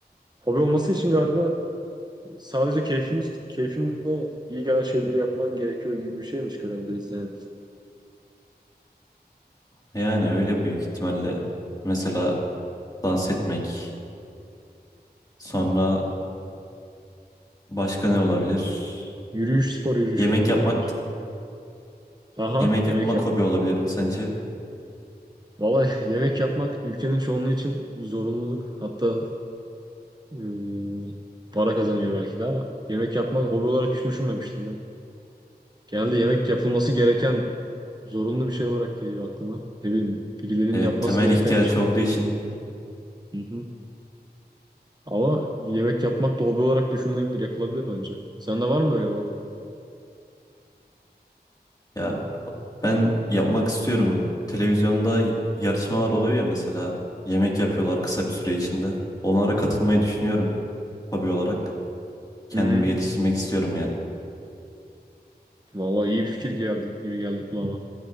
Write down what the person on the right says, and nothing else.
Hobi olması için galiba sadece keyfini keyfinle iyi gelen şeyleri yapman gerekiyor gibi bir şeymiş görebiliriz yani.
Yürüyüş, spor yürüyüşü
olabilir
bence. Aha,
yemek
yapmak.
Vallahi <laughs> yemek yapmak ülkenin çoğunluğu için zorunluluk. Hatta eee, para kazanıyor belki de ama yemek yapmak hobi olarak hiç düşünmemiştim ben. Genelde yemek yapılması gereken zorunlu bir şey olarak geliyor aklıma. Ne bileyim, birilerinin
yapması
gereken
bir şey.
Hı hı. Ama yemek yapmak da hobi olarak düşünülebilir, yapılabilir bence. Sende var mı öyle bir hobi?
Hı hı.
Vallahi iyi bir fikir geldi gibi geldi kulağıma.